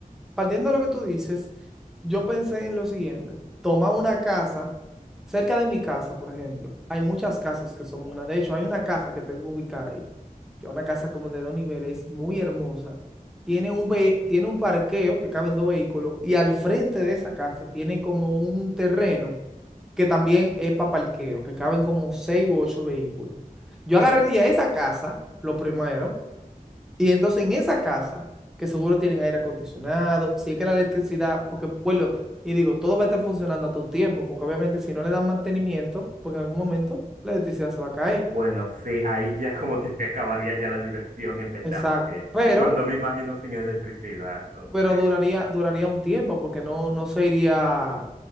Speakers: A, in the centre; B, on the right (about 70°).
A: Partiendo de lo que tú dices, yo pensé en lo siguiente. Toma una casa, cerca de mi casa, por ejemplo. Hay muchas casas que son una. De hecho, hay una casa que tengo ubicada ahí, que es una casa como de dos niveles, muy hermosa. Tiene un, ve- tiene un parqueo que caben dos vehículos y al frente de esa casa tiene como un terreno que también es para parqueo, que caben como seis u ocho vehículos. Yo agarraría esa casa, lo primero y entonces en esa casa, que seguro tienen aire acondicionado, si es que la electricidad, porque bueno, y digo, todo va a estar funcionando hasta un tiempo, porque obviamente si no le dan mantenimiento, porque en algún momento la electricidad se va a caer.
B: Bueno, sí, ahí ya <laughs> como que se acabaría ya la diversión, en verdad,
A: Exacto.
B: porque
A: Pero,
B: no, no me imagino sin electricidad, entonces,
A: pero duraría, duraría un tiempo, porque no, no se iría